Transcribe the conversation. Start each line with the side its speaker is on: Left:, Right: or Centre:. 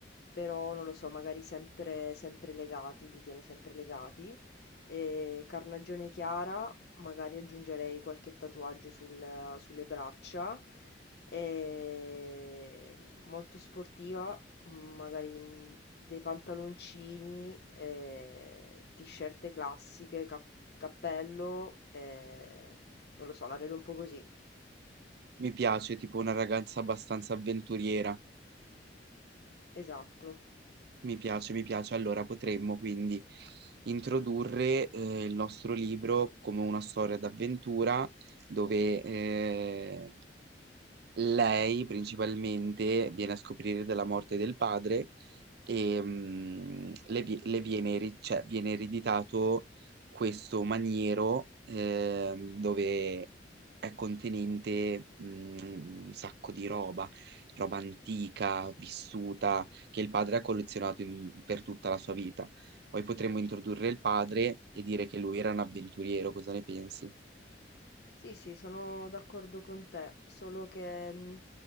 Left: però non lo so, magari sempre sempre legati, li tiene sempre legati. E carnagione chiara, magari aggiungerei qualche tatuaggio sul- sulle braccia. E molto sportiva, magari mm, dei pantaloncini, eh, t-shirt classiche, cap- cappello, eh, non lo so, la vedo un po' così.
Right: Mi piace, tipo una ragazza abbastanza avventuriera.
Left: Esatto.
Right: Mi piace, mi piace. Allora potremmo quindi introdurre eh, il nostro libro come una storia d'avventura dove eh, lei principalmente viene a scoprire della morte del padre e mh, le, vi- le viene, eri- cioè, viene ereditato questo maniero ehm, dove è contenente mh, un sacco di roba, roba antica, vissuta, che il padre ha collezionato in- per tutta la sua vita. Poi potremmo introdurre il padre e dire che lui era un avventuriero, cosa ne pensi?
Left: Sì, sì, sono d'accordo con te, solo che mh,